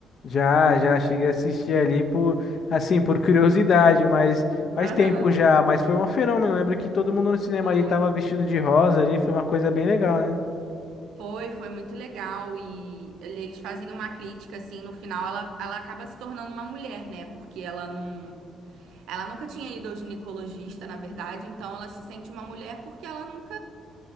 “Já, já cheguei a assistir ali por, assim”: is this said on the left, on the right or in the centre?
Left